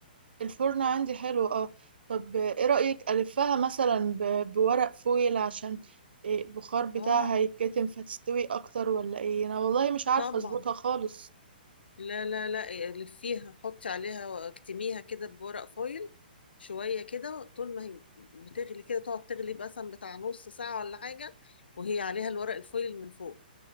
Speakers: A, on the right; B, on the left.
A: الفرن عندي حلو اه طب ايه رأيك ألفها مثلا ب- بورق فويل عشان إيه البخار بتاعها
B: اه
A: يتكتم فتستوي اكتر ولا ايه انا والله مش عارفة
B: طبعا
A: اظبطها خالص
B: لا لا لا لفيها حطي عليها واكتميها كده بورق فويل شوية كده طول ما هي بتغلي كده تقعد تغلي مثلا بتاع نص ساعة ولا حاجة وهي عليها الورق الفويل من فوق